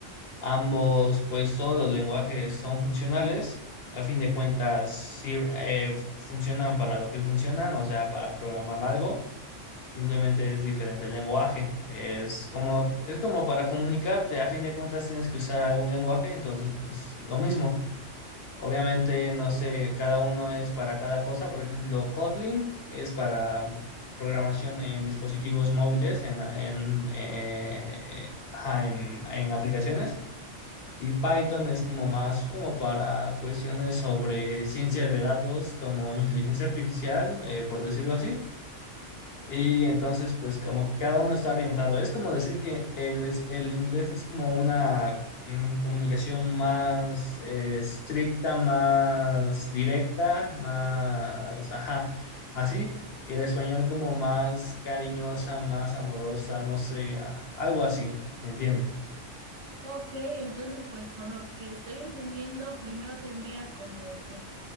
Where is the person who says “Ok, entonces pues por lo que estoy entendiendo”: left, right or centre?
Right